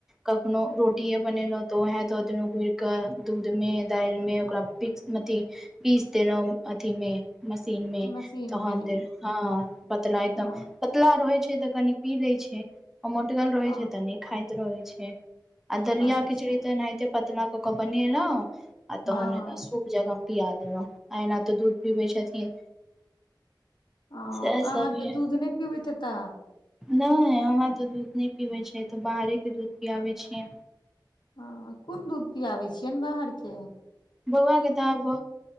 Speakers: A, in the centre; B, on the left.
A: कखनो रोटीेये बनेलों तो उहे द देलौं गुइर क दूध में दालि में ओकरा पीक्स अथि पीस देलहु अथि मे मशीन मे
B: मशीन
A: तहन
B: मे
A: देलहुं ह पतला एकदम
B: हँ
A: पतला रहै छै तऽ कनि पी लै छै आ मोटगल रहै
B: हँ
A: छै तऽ नहि खाइत रहै छै आ दलियाा
B: अच्छा
A: खिचड़ी तऽ एनाहिते पतला क क बनेलो आ
B: हँ
A: तहन सूप जेकां पिया देलौं आ एना तऽ दूध पीबे छथिन
B: ह
A: सएह
B: अहाँके
A: सब य
B: दूध नहि पिबैत हेता
A: नहि हमरा तऽ दूध नहि पीबे छै त बाहरे के दूध पीआबे छियै
B: हँ कोन दूध पियाबै छियैनि बाहरके
A: बौआ के त आब हँ